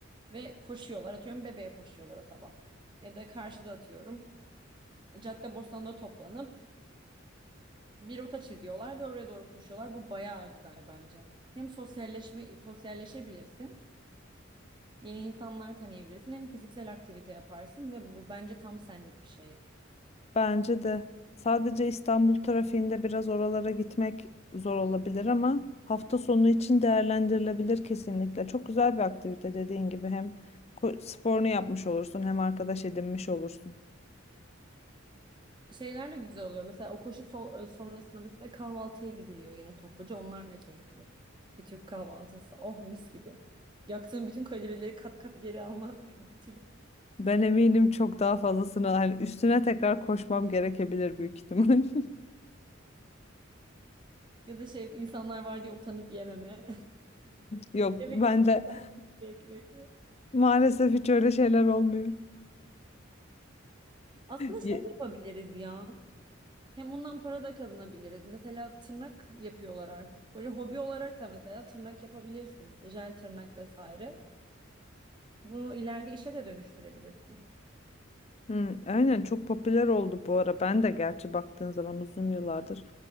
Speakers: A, on the right (about 25°); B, on the left (about 30°).
A: ve koşuyorlar. Atıyorum Bebe'ye koşuyorlar o sabah. Ya da karşıda atıyorum Caddebostan'da toplanıp bir rota çiziyorlar ve oraya doğru koşuyorlar. Bu bayağı güzel bence. Hem sosyalleşme sosyalleşebilirsin Yeni insanlar tanıyabilirsin. Hem fiziksel aktivite yaparsın ve bu bence tam senlik bir şey.
B: Bence de sadece İstanbul trafiğinde biraz oralara gitmek zor olabilir ama hafta sonu için değerlendirilebilir kesinlikle. Çok güzel bir aktivite dediğin gibi hem ko- sporunu yapmış olursun hem arkadaş edinmiş olursun.
A: Şeyler de güzel oluyor. Mesela o koşu so- e, sonrasında mesela kahvaltıya gidiliyor yine topluca. Onlar da keyifli. Bir Türk kahvaltısı. Oh mis gibi. Yaktığın bütün kalorileri kat kat geri alma <laughs> garantili.
B: Ben eminim çok daha fazlasını hani üstüne tekrar koşmam gerekebilir büyük ihtimal. <laughs>
A: Ya da şey insanlar var diye utanıp yememe.
B: Yok
A: Eve
B: ben
A: gelip
B: de
A: ekmek.
B: Maalesef hiç öyle şeyler olmuyor.
A: Aslında
B: Ye-
A: şey yapabiliriz ya. Hem ondan para da kazanabiliriz. Mesela tırnak yapıyorlar artık. Böyle hobi olarak da mesela tırnak yapabilirsin. Jel tırnak vesaire. Bunu ileride işe de dönüştürebilirsin.
B: Hı, aynen çok popüler oldu bu ara. Ben de gerçi baktığın zaman uzun yıllardır